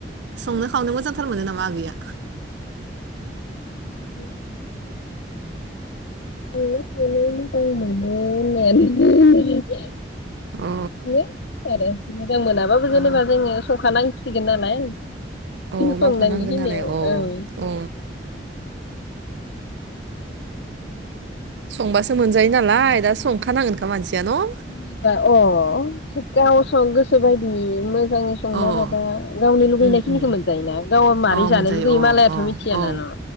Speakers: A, on the right; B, on the left.
A: संनो खावनो मोजांथार मोनो नामा आगैया?
B: <inaudible> संनो खावनो मोजां मोनो होननायानो <inaudible>
A: अ
B: हेलौ खोनादों। <unintelligible> मोजां मोनाबाबो
A: अ
B: जेनेबा जोङो संखानां सिगोन नालाय।
A: औ
B: संनांगौ
A: मावखानांगोन
B: खिनियाव
A: नालाय औ
B: ओं <inaudible>
A: अ संबासो मोनजायो नालाय दा। संखानांगोनखा मानसिया न'
B: जेनेबा अ गावसो गोसो बायदि मोजाङै। संना
A: औ अ
B: जाबा गावनो लुगैनाय
A: उम
B: खिनिखौ
A: उम
B: मोनजायोना गाव मारै
A: अ
B: जानो
A: मोनजायो
B: लुगैयो मालायाथ'
A: अ
B: मिथियाना
A: औ
B: न'।